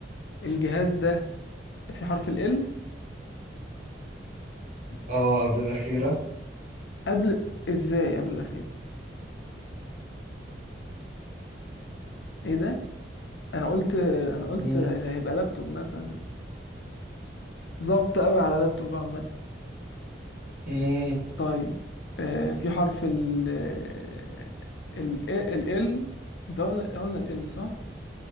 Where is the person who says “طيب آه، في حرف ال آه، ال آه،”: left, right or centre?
Left